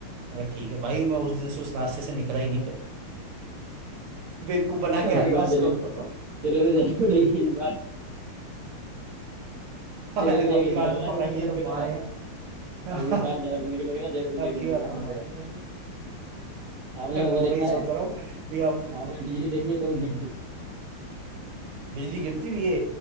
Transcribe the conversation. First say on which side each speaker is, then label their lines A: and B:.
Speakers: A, on the right (about 80°); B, on the right (about 75°).
A: मैं कहा ठीक है भाई मैं उस दिन से उस रास्ते से निकला ही नहीं फिर <laughs> बेवकूफ बना
B: अब
A: के आ
B: की
A: गया
B: बार
A: उसको
B: जलेबी
A: <laughs>
B: जलेबी देनी पड़ेगी इस बार
A: और
B: जलेबी
A: मैंने कहा
B: लेके
A: अब की बार
B: निकलना
A: तो पकड़
B: कभी निकलोगे
A: लिया तो
B: तो वहां से
A: मारेगा
B: अब की बार
A: <laughs>
B: जब निकलोगे ना जलेबी
A: अब
B: लेके
A: की
B: निकलना
A: बार तो
B: वहां
A: मार
B: पे आपने
A: <laughs> वही
B: वो देखा है
A: सोच रहा हूँ कि अब
B: आपने बिजली देखी है कभी
A: हम्म,
B: बिजली
A: बिजली गिरती हुई है